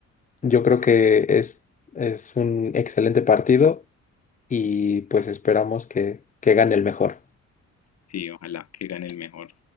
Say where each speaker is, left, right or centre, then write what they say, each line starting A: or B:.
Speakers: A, on the left; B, on the left.
A: yo creo que es, es un excelente partido y pues esperamos que, que gane el mejor.
B: sí, ojalá que gane el mejor.